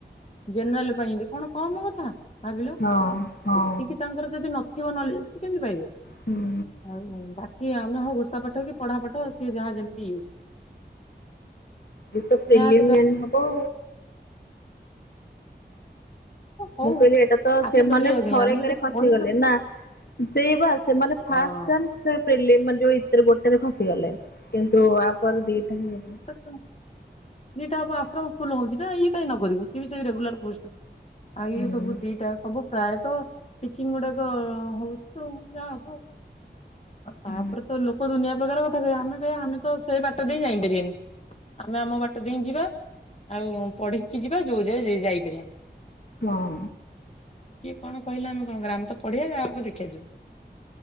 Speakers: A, on the left; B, on the left.
A: ଜେନେରାଲ୍ ପାଇଁ ଯେ କଣ କମ କଥା ଭାବିଲ ସେତିକି
B: ହଁ ହଁ
A: ତାଙ୍କର ଯଦି ନ ଥିବ ନଲେ ସେ କେମିତି ପାଇବେ?
B: ହୁଁ
A: କି ଆମେ ହଉ ଘୋଷା ପାଠ କି ପଢ଼ା ପାଠ ସିଏ ଯାହା ଯେମିତି ଇ
B: ଏ ତ ପ୍ରିଲିମ୍
A: ମ୍ୟାଥ
B: ମେନ୍ ହବ।
A: ହଉ
B: ମୁଁ କହିଲି ଏଇଟା ତ
A: ଆମେ
B: ସେମାନେ
A: ଡରିବା କାହିଁ
B: ଥରେ
A: ଆମେ
B: କରେ
A: ଯଦି
B: ଖସିଗଲେ
A: ପଢି ତ
B: ନା। ସେଇ ବା ସେମାନେ ଫାର୍ଷ୍ଟ
A: ହଁ
B: ସେମ୍ ସେ ପ୍ରିଲିମ୍ ମାନେ ସେ ଏଇଥିରେ, ଗୋଟେରେ ଖସିଗଲେ। କିନ୍ତୁ ଆପରେ ଦିଟା ହିଁ ହେବ।
A: ହ ଦିଟା ହବ ଆଶ୍ରମ ସ୍କୁଲ୍ ହୋଉଛି ନା, ଇଏ କାଇଁ ନ କରିବୁ ସିଏ ବି ସେ ରେଗୁଲାର ପୋଷ୍ଟ ଆଉ ଇଏ
B: ହୁଁ
A: ସବୁ ଦିଟା ସବୁ ପ୍ରାୟତଃ ପିଚିଙ୍ଗ ଗୁଡାକ ହୋଉଛି ତ ଯାହା ହବ।
B: ହୁଁ
A: ତାପରେ ତ ଲୋକ ଦୁନିଆ କେତେ ପ୍ରକାର କଥା କହିବା, ଆମେ କହିବା ଆମେ ତ ସେ ବାଟ ଦେଇ ଯାଇପାରିଆନି। ଆମେ ଆମ ବାଟ ଦେଇ ଯିବା, ଆଉ ପଢିକି ଯିବା ଯୋଉ ଯାଇ ଯାଇପାରିବା।
B: ହଁ।
A: କିଏ କଣ କହିଲା ଆମେ କଣ କରିଆ, ଆମେ ତ ପଢିଆ ବା ଯାହା ହବ ଦେଖିଯିବ।